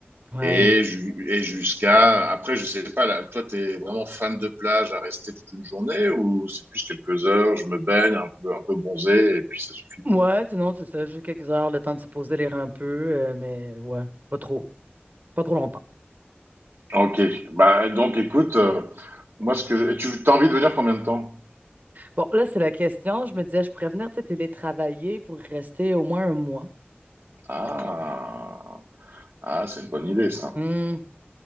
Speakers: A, on the right; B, on the right.
A: Ouais.
B: Et, ju- et jusqu'à, après, je sais pas, là, toi, t'es vraiment fan de plage à rester toute une journée ou c'est plus quelques heures, je me baigne un peu, un peu bronzé et puis ça suffit.
A: Ouais, sinon, c'est ça, juste quelques heures, le temps de se poser les reins un peu, euh, mais ouais, pas trop, pas trop longtemps.
B: Ok. Bah, donc, écoute, euh, moi, ce que, je- tu, t'as envie de venir combien de temps?
A: Bon, là, c'est la question. Je me disais, je pourrais venir, tu sais, télétravailler pour rester au moins un mois.
B: Ah, ah c'est une bonne idée, ça.
A: Hmm.